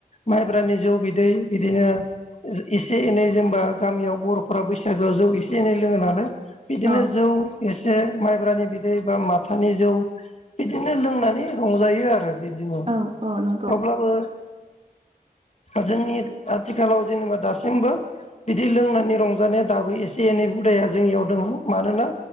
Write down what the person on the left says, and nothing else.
माइब्रानि जौ बिदै बिदिनो एसे एनै जेनबा गामियाव बर'फोरा बैसागोआव जौ एसे एनै लोङो नालाय बिदिनो
जौ एसे माइब्रानि बिदै बा माथानि जौ बिदिनो लोंनानै रंजायो आरो बिदिमोन
अब्लाबो
जोंनि आथिखालाव जेनेबा दासिमबो बिदि लोंनानै रंजानाया दाबो एसे एनै हुदाया जोंनियाव दङ। मानोना